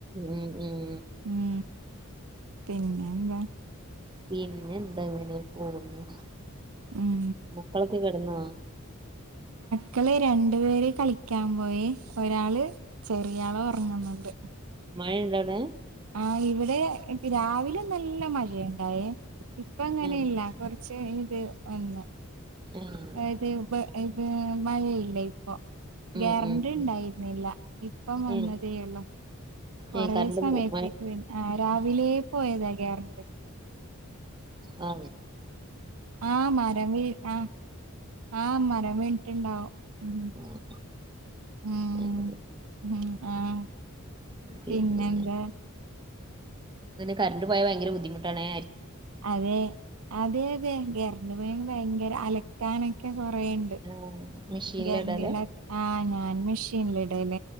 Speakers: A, on the right; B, on the right.
A: ഉം ഉം
B: ഉം പിന്നെ എന്താ
A: പിന്നെ എന്തെങ്ങനെ പോന്നു
B: ഉം
A: മക്കളക്കെ കിടന്നാ
B: മക്കള് രണ്ടു പേര് കളിക്കാൻ പോയി ഒരാള് ചെറിയാളൊറങ്ങ്ന്ന്ണ്ട്
A: മഴ എണ്ടട
B: ആ ഇവിടെ രാവിലെ നല്ല മഴയുണ്ടായ ഇപ്പ അങ്ങനെ
A: ആഹ്
B: ഇല്ല കൊറച്ച് ഇത് ഒന്ന്
A: ആഹ്
B: ഇത് പ്പ ഇത് മഴ ഇല്ല ഇ അപ്പ
A: ഉം
B: ഗ്യാരന്റി
A: ഉം ഉം
B: ണ്ടായിരുന്നില്ല ഇപ്പം വന്നതേ
A: ഏഹ്
B: ഉള്ളൂ കൊറെേ
A: ഏഹ് കറണ്ട്
B: സമയത്തേക്ക്
A: പോവും മഴ
B: വീ ആ രാവിലെ പോയതാ ഗ്യാരന്റ്
A: ആ
B: ആ മരം വീ ആ ആ മരം വീണിട്ടുണ്ടാവോ ഉ
A: ആഹ്
B: ഉം
A: അങ്ങനെ
B: ഹ ആഹ
A: പിന്നെ
B: പിന്നെന്താ
A: എന്നാ? കറണ്ട് പോയ ഭയങ്കര ബുദ്ധിമുട്ടാണെ
B: അതെ അതെ അതെ ഗരണ്ട പോ ഭയങ്കര അലക്കാനൊക്കെ പറയണ്ട്
A: ആഹ് മെഷീനില്
B: ഗരണ്ടില
A: ഇടലാ
B: ആ ഞാൻ മെഷീനിടല